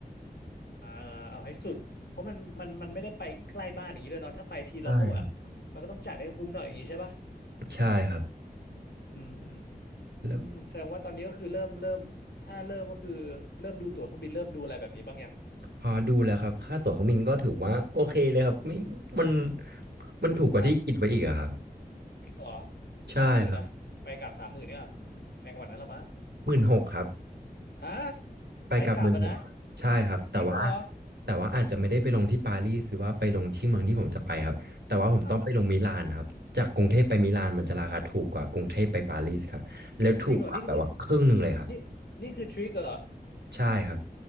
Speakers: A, on the left; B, on the right.
A: อ่าเอาให้สุดเพราะมันมันมันไม่ได้ไปใกล้บ้านอย่างนี้ด้วยเนาะถ้าไปทีเราก็แบบมันก็ต้องจัดให้คุ้มหน่อยอย่างนี้ใช่ปะ
B: ใช่ครับใช่ครับ
A: อืมอืมอืมอืมแสดงว่าตอนนี้ก็คือเริ่มเริ่มถ้าเริ่มก็คือ
B: แล้ว
A: เริ่มดูตั๋วเครื่องบินเริ่มดูอะไรแบบนี้บ้างยัง
B: พอดูแล้วครับค่าตั๋วเครื่องบินก็ถือว่าโอเคเลยครับไม่มันมันถูกกว่าที่คิดไว้อีกอะครับ
A: ครับจริงเหรอ
B: ใช่ครับ
A: สามหมื่นนะไปกลับสามหมื่นเนี่ยแพงกว่านั้นละมั้ง
B: หมื่นหกครับ
A: ฮะ
B: ไปกลับหมื่นหกครับใช่ครับแต่ว่า
A: ไปกลับอะนะจริงเหรอ
B: แต่ว่าอาจจะไม่ได้ไปลงที่ปารีสหรือว่าไปลงที่เมืองที่ผมจะไปครับแต่ว่าผมต้องไปลงมิลานครับจากกรุงเทพไปมิลานมันจะราคาถูกกว่ากรุงเทพไปปารีสครับแล้วถูกกว่าแบบว่าครึ่งหนึ่งเลยครับ
A: ครับ อ่ะจริงเหรอนี่นี่นี่นี่คือทริคเหรอ
B: ใช่ครับ